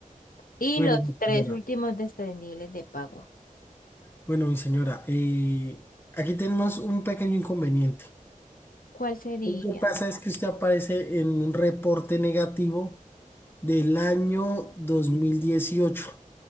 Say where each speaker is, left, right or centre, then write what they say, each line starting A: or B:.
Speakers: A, on the left (about 85°); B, on the left (about 15°).
A: Y
B: Bueno,
A: los
B: mi
A: tres
B: señora,
A: últimos desprendibles de pago.
B: bueno, mi señora, eh, aquí tenemos un pequeño inconveniente.
A: ¿Cuál sería?
B: Lo que pasa es que usted aparece en un reporte negativo del año dos mil dieciocho,